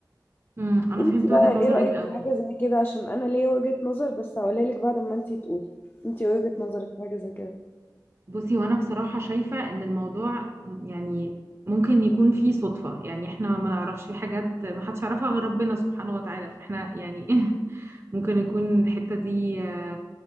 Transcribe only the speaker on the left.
انت
بقى
ايه
رأيك
في حاجة زي كده عشان انا ليا وجهة نظر بس هقولها لك بعد ما انت تقولي انت وجهة نظرك في حاجة زي كده